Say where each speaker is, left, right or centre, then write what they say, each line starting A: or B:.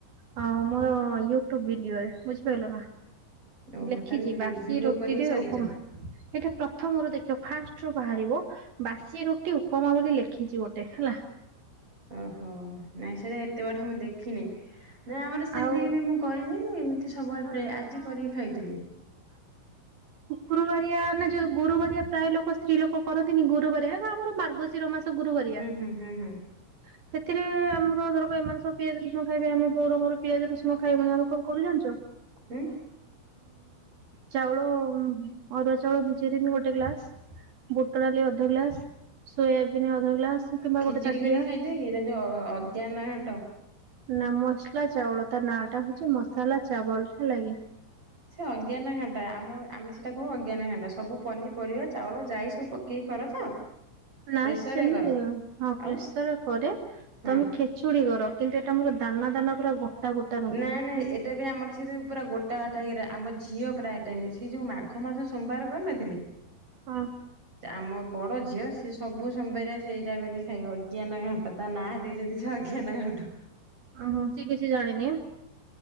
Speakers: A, on the right (about 50°); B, on the right (about 30°).
A: ହଁ ମୋର ୟୁଟ୍ୟୁବ ଭିଡିଓ ରେ ବୁଝିପାରିଲ ନା
B: ଓହୋ
A: ଲେଖିଛି
B: ତାହେଲେ
A: ବାସି
B: ଭିଡିଓ
A: ରୁଟିରେ
B: କରିକି ଛାଡିଛ
A: ଉପମା ଏଇଟା ପ୍ରଥମରୁ ଦେଖିବା। ଫାଷ୍ଟରୁୁ ବାହାରିବ ବାସି ରୁଟି ଉପମା ବୋଲି ଲେଖିଛି ଗୋଟେ ହେଲା।
B: ଓହୋ ନାଇଁ ସେଇଟା ଏତେ ବାଟ ମୁଁ ଦେଖିନି ନା ଆମର ସେମିତି
A: ଆଉ
B: କେବେ ମୁଁ କରିନି ମୁଁ ଏମିତି ସବୁବେଳେ
A: ତମେ
B: ପ୍ର
A: ଜଣକ
B: ଆଜି କରିକି ଖାଇଥିଲି।
A: ଗୁରୁବାରିଆ ନା ଯୋଉ ଗୋରୁବାରିଆ ପ୍ରାୟ ଲୋକ ସ୍ତ୍ରୀ ଲୋକ କରନ୍ତିନି ଗରୁ ଆମର ମାର୍ଗଶିର ମାସ ଗୁରୁ କରିବାଥିରେ।
B: ହୁଁ ହୁଁ ହୁଁ ହୁଁ
A: ଆମର ଧର ଏମାନେ ସବ ପିଆଜ ରସନ ଖାଇବେ ଆମେ ବଉ ରଙ୍ଗ ପିଆଜ ରସମ ଖାଇବନ ଆମ କଣ କରୁଛ।
B: ଉଁ
A: ଚାଉଳ ଅରୁଆ ଚାଉଳ ଦଜେ ଦିନ ଗୋଟେ ଗ୍ଲାସ ବୁଟ ଡାଲି ଅଧ ଗ୍ଲାସ ସୋୟାବିନ୍ ଅଧ ଗ୍ଲାସ କିମ୍ବା
B: ଖିଚୁଡି
A: ଗୋଟେ ତାଟିଆ
B: କରିକ ଖାଇଦିଏ କି ତା ଯୋଉ ଅଜ୍ଞାନ ଘାଟ
A: ନା ମସଲା ଚାଉଳ ତା ନା ଟା ହଉଛି ମସଲା ଚାଉଲଟା ଲାଗେ
B: ସେ ଅଜ୍ଞାନ ଘାଣ୍ଟା ଆମ ଆମେ ସେଟା କହୁ ଅଜ୍ଞାନ ଘଣ୍ଟା ସବୁ ପନି ପରିବା ଚାଉଳ ଭାଇ ସବୁ ପକେଇକି କର ତ
A: ନା
B: ପ୍ରେସରରେ
A: ସେମିତି
B: କର
A: ହଁ
B: ଆଉ
A: ପ୍ରେସର କରେ
B: ହଁ।
A: ତମେ ଖେଚୁଡି କର କିନ୍ତୁ ସେଟାୋର ଦାନା ଦାନା ପୁରା ଗୋଟା ରହିବ
B: ନାଇଁ ନାଇଁ
A: ବୁଝିଲ
B: ଏଇଟା ବି ଆମର ସେଥିି ପୁରା ଗୋଟା ଟାଇରା ଆମ ଝିଅ ପ୍ରାୟ ଟାଇମ ସିଏ ଯୋଉ ମାଘ ମାସ ସୋମବାର କରିନଥିଲେ।
A: ହଁ
B: ଆମ ବଡ ଝିଅ ସେ ସବୁ ସମ ବାର ବରିଆ ସେଇଟା ବୋଲି ଖାଇ ଅଜ୍ଞାନ ଘାଟ ତା ନା ଦେଇଛନ୍ତି ସ ଅଜ୍ଞାନ ଘାଟ।
A: ଓ ହୋ ସେ କିଛି ଜାଣି ନିି ଆ